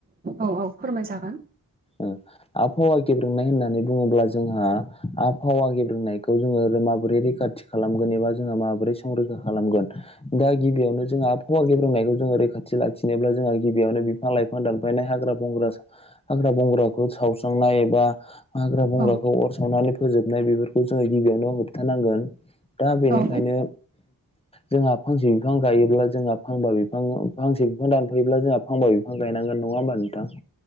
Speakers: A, on the right (about 25°); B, on the left (about 15°).
A: औ औ फोरमायजागोन।
B: ओ आबहावा गेब्रोंनाय होननानै बुङोब्ला जोंहा आबहावा गेब्रोंनायखौ जोङो माबोरै रैखाथि खालामगोन एबा जोंहा माबोरै संरैखा खालामगोन? दा गिबियावनो जोंहा फवा गेब्रोंनायखौ जोङो रैखाथि लाखिनोब्ला जोंहा गिबियावनो बिफां लाइ फां दानफायना हाग्रा बंग्रा हाग्रा बंग्राखौ सावस्रांनाय एबा हाग्रा बंग्राखौ
A: औ
B: अर सावनानै फोजोबनाय बेफोरखौ जोङो गिबियावनो होबथानांगोन। दा बेनिखायनो
A: औ
B: जोंहा फांसे बिफां गायोब्ला जोंहा फांबा बिफां फांसे बिफां दानफायोब्ला जोंहा फां बा बिफां गायनांगोन नङा होमबा नोंथां?